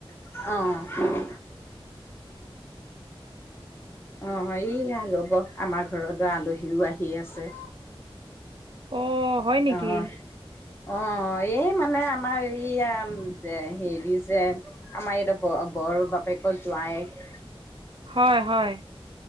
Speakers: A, on the left (about 25°); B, on the right (about 55°).
A: অঁ। অঁ সেইয়া ৰব আমাৰ ঘৰলৈ আলহীও আহি আছে।
B: অ' হয়
A: অঁ!
B: নেকি
A: অঁ এই মানে আমাৰ এইয়া যে হেৰি যে আমাৰ ইয়াতে ব বৰ বাপেকো যোৱাইক
B: হয় হয়।